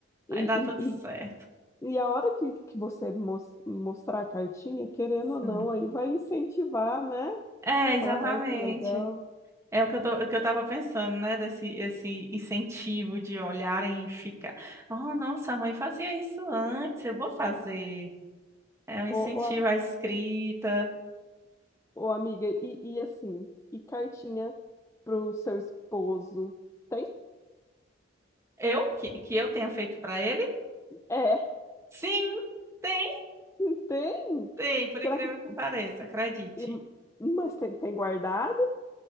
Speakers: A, on the left; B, on the right.
A: E
B: Vai dar tudo certo.
A: e, E a hora que, que você mos- mostrar a cartinha, querendo ou
B: Sim.
A: não, aí vai incentivar, né?
B: É, exatamente.
A: Falar, ai, que legal.
B: É o que eu tô, o que eu tava pensando, né? Desse esse incentivo de olharem e ficar. Oh, nossa, a mãe fazia isso antes, eu vou fazer. É um incentivo
A: Ô, ô, am-
B: à escrita.
A: ô, amiga, e, e assim, e cartinha pro seu esposo? Tem?
B: Eu? Que, que eu tenha feito para ele?
A: É,
B: Sim, tem,
A: <laughs> tem?
B: tem, por
A: Será
B: incrível
A: que.
B: que pareça, acredite.
A: e- mas tem, tem guardado?